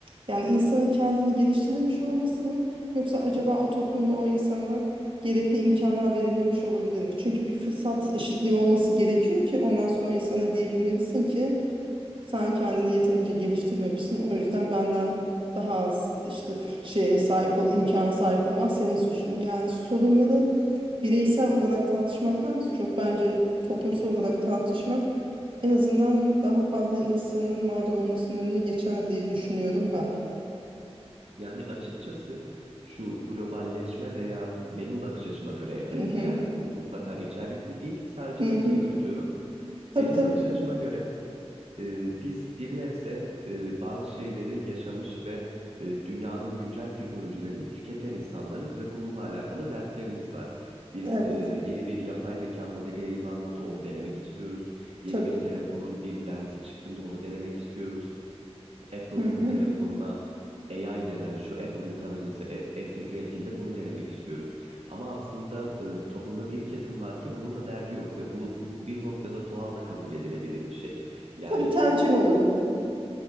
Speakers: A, on the right; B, on the right.
A: Yani insanın kendini geliştirmemiş olması mı yoksa acaba o toplumda o insana gerekli imkanlar verilmemiş olabilir mi? Çünkü bir fırsat eşitliği olması gerekiyor ki ondan sonra o insana diyebilmelisin ki sen kendini yeterince geliştirmemişsin. O yüzden benden daha az işte şeye sahip ol, imkana sahip olman senin suçun. Yani sorunları bireysel olarak tartışmaktan çok bence toplumsal olarak tartışmak en azından daha fazla insanın mağdur olmasının önüne geçer diye düşünüyorum ben.
B: Yani açıkçası şu globalleşme veya benim bakış açıma göre elbette
A: Hı-hı.
B: yani bu mutlaka geçerli değil. Sadece
A: Hı-hı.
B: fikir yürütüyorum.
A: Tabii
B: Benim
A: tabii.
B: bakış açıma göre e, biz bir nebze e, bazı şeyleri yaşamış ve e, dünyanın güncel teknolojilerini tüketen insanlarız ve bununla alakalı dertlerimiz var. Biz
A: Evet.
B: e, yeni bir yapay zeka modeli yayımlandığında onu denemek istiyoruz. Yeni
A: Tabii.
B: bir telefonun bir lensi çıktığında onu denemek istiyoruz. Apple
A: Hı-hı.
B: telefonuna AI denen şu Apple Intelligence'ı e- entegre ettiğinde bunu denemek istiyoruz. Ama aslında e, toplumda bir kesim var ki bununla derdi yok ve bu bu bir noktada doğal da kabul edilebilir bir şey. Yani
A: Tabii tercih olabilir.